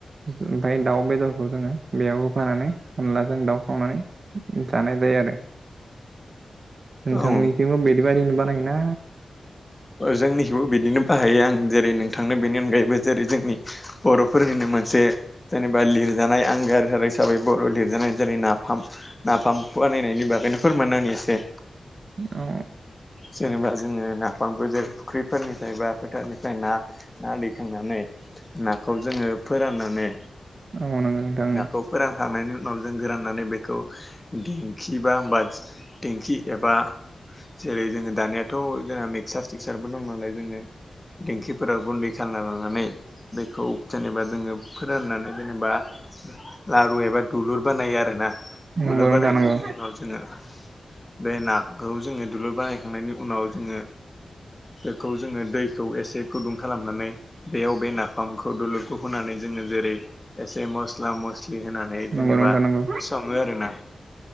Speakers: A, on the right (about 50°); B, on the left (about 15°).
A: ओमफ्राय दाउ बेदरखौ जोङो बेयाव होफानानै अनला जों दाउ संनानै जानाय जायो आरो नोंथांनिथिंबो
B: औ
A: बिदि बायदि बानायो ना
B: जोंनिखौबो बिदिनो बाहायो आं जेरै नोंथांनो बेनि अनगायैबो जेरै जोंनि बर'फोरनिनो मोनसे जेनेबा लिरजानाय आं हिसाबै बर' लिरजानाय जेरै नाफाम नाफाम फुव नायनायनि बागैनो फोरमायनो आं एसे
A: औ
B: जेनेबा जोङो नाफामबो जेरै फुख्रिफोरनिफ्राय बा फोथारनिफ्राया ना दैखांनानै नाखौ जोङो फोराननानै
A: औ नंगौ नोंथां
B: नाखौ फोरानखांनायनि उनाव न'जों गोराननानै बेखौ दिेंखि बा बा दिंखि एबा जेरै जोङो दानिथ' जोंहा मिक्सार तिक्सारबो दं नालाय जोङो दिंखिफोराव गुन्दै खालामना लानानै बेखौ जेनेबा जोङो फोराननानै जेनेबा लारु एबा दुलुर बानायो आरो ना।
A: नंगौ
B: दुलु
A: नोंथां
B: बानायखांनायनि
A: नंगौ
B: उनाव जोङो बे नाखौ जोङो बनायनि उनाव जों बेखौ जों दैखौ एसे गोदौ खालामनानै बेयाव बे नाफामखौ दुलुरखौ होनानै जोङो जेरै एसे मसला मस बि होनानै जेनेबा
A: नंगौ नोंथां नंगौ
B: सङो आरो ना।